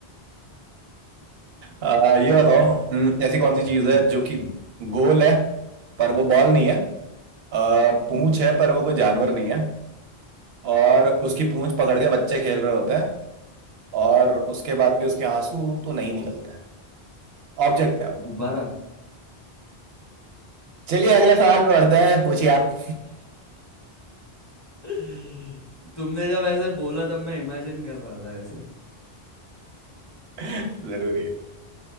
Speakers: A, on the right; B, on the left.
A: आ, ये
B: हम्म,
A: बताओ हम्म, <laughs> ऐसी कौन सी चीज
B: हम्म,
A: है जो कि गोल है पर वो बॉल नहीं है आ,
B: हम्म,
A: पूंछ है पर वो कोई जानवर नहीं है और उसकी पूंछ पकड़ के बच्चे खेल रहे होते हैं और उसके बाद भी उसके आंसू तो नहीं निकलता है ऑब्जेक्ट है
B: गुब्बारा
A: चलिए अगले सवाल पे बढ़ते हैं पूछिए आप
B: <laughs> तुमने जब ऐसे बोला तब मैं इमेजिन कर रहा था ऐसे
A: <laughs> जरूरी है